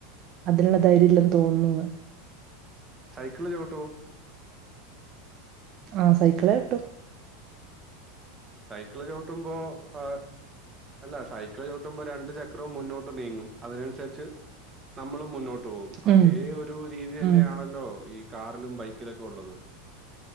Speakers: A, on the right (about 35°); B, on the right (about 20°).
A: അതിനുള്ള ധൈര്യം ഇല്ലന്ന് തോന്നുന്നു ന്ന്.
B: സൈക്കിള് ചവിട്ടോ?
A: ആഹ് സൈക്കിള് ചവിട്ടും.
B: സൈക്കിള് ചവിട്ടുമ്പോ ആഹ്. അല്ല സൈക്കിൾ ചവിട്ടുമ്പോ രണ്ടു ചക്രവും മുന്നോട്ട് നീങ്ങും അതിനനുസരിച്ച്. നമ്മൾ മുന്നോട്ട് പോകും അതേ
A: ഉം
B: ഒരു രീതി തന്നെയാണല്ലോ
A: ഉം
B: ഈ. കാറിലും ബൈക്കിലൊക്കെ ഉള്ളത്.